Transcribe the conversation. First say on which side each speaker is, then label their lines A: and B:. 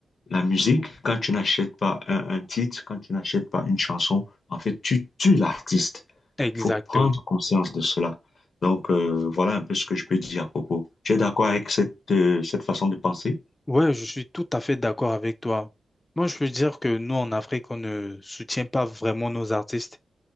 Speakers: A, on the left (about 65°); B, on the left (about 30°).
A: la musique, quand tu n'achètes pas un, un titre, quand tu n'achètes pas une chanson, en fait, tu tues l'artiste.
B: Exactement.
A: Il faut prendre conscience de cela. Donc, euh, voilà un peu ce que je peux dire à propos. Tu es d'accord avec cette, euh, cette façon de penser?
B: Ouais, je suis tout à fait d'accord avec toi. Moi, je peux dire que nous, en Afrique, on ne soutient pas vraiment nos artistes.